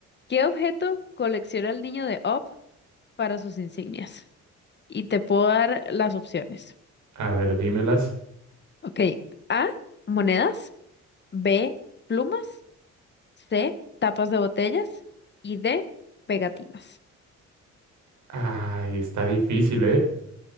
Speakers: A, on the left; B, on the right.
A: ¿Qué objeto colecciona el niño de Op para sus insignias? Y te puedo dar las opciones.
B: A ver, dímelas.
A: Ok, A, monedas, B, plumas, C, tapas de botellas y D, pegatinas.
B: Ay, está difícil, ¿eh?